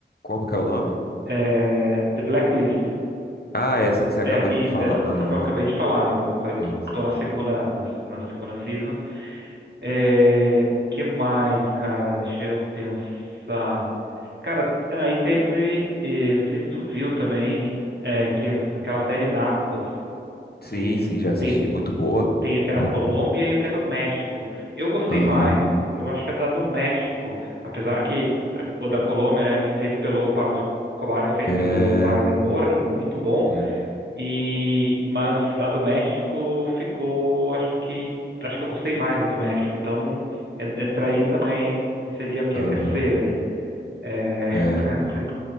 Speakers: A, on the left; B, on the right.
A: Como que é o nome?
B: É, The Blacklist.
A: Ah, essa que você
B: É,
A: acabou
B: isso,
A: de me falar.
B: essa
A: Aham.
B: que eu acabei de falar, né? Que eu falei, tô,
A: Sim, sim,
B: tô na
A: sim.
B: segunda, na, na segunda season. É, o que mais, cara? Deixa eu pensar. Cara, aí teve, eh, não sei se tu viu também, eh, que é aquela série Narcos,
A: Sim,
B: e
A: sim, já assisti.
B: tem,
A: Muito boa.
B: tem o que
A: Muito
B: é da Colômbia
A: boa.
B: e o que é do México. Eu gostei
A: Aham.
B: mais, eu acho que é da do México, apesar que a- o da Colômbia, né, é feito pelo o Pablo Escobar, é feito
A: É.
B: pelo Wagner Moura, que é muito bom,
A: Sim.
B: e mas a do México ficou, acho que, acho que eu gostei mais da do México, então en- entraria também, e seria o que,
A: Aham.
B: a terceira aí. É, <laughs>
A: É.